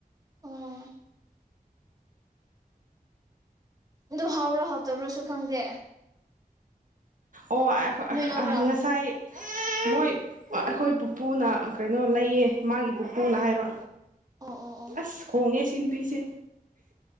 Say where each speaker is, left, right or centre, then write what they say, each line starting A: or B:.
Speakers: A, on the right; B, on the right.
A: ꯑꯣ ꯑꯗꯨ ꯍꯥꯎꯕ꯭ꯔꯣ ꯍꯥꯎꯇꯕ꯭ꯔꯣꯁꯨ ꯈꯪꯗꯦ
B: ꯑꯣ
A: ꯅꯣꯏ ꯂꯧꯕ꯭ꯔꯥ
B: ꯉꯁꯥꯏ ꯃꯣꯏ ꯑꯩꯈꯣꯏ ꯄꯨꯄꯨꯅ ꯀꯩꯅꯣ ꯂꯩꯌꯦ ꯃꯥꯒꯤ ꯄꯨꯄꯨꯅ ꯍꯥꯏꯕ
A: ꯑꯣ ꯑꯣ ꯑꯣ
B: ꯑꯁ ꯈꯣꯡꯉꯦ ꯁꯤ ꯅꯨꯄꯤꯁꯦ